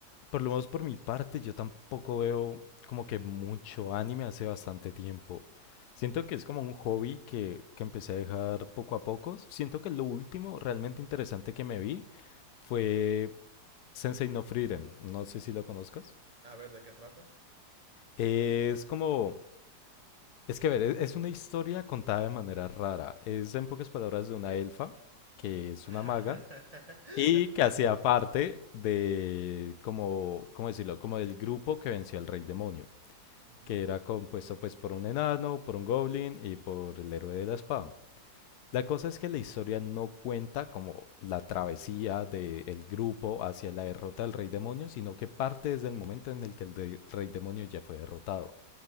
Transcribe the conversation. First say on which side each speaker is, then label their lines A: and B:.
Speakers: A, on the left (about 80°); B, on the right (about 25°).
A: Por lo menos por mi parte, yo tampoco veo como que mucho anime hace bastante tiempo. Siento que es como un hobby que, que empecé a dejar poco a poco. Siento que lo último realmente interesante que me vi fue Sensei no Frieren. No sé si lo conozcas.
B: A ver, ¿de qué trata?
A: Es como... Es que, a ver, es es una historia contada de manera rara. Es, en pocas palabras, de una elfa, que es
B: <laughs>
A: una maga, y que hacía parte de, como, ¿cómo decirlo? Como del grupo que venció al rey demonio.
B: Ujú,
A: que era compuesto pues por un enano, por un goblin y por el héroe de la espada. La cosa es que la historia no cuenta como la travesía del grupo hacia la derrota del rey demonio, sino que parte desde el momento en el que el de- rey demonio ya fue derrotado.